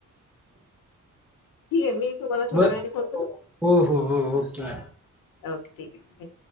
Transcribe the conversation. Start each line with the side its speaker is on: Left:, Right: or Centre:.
Left: ठीक आहे, मी एक तुम्हाला थोड्या
Centre: ब हो,
Left: वेळाने कॉल करू?
Centre: हो, ओके
Left: बघते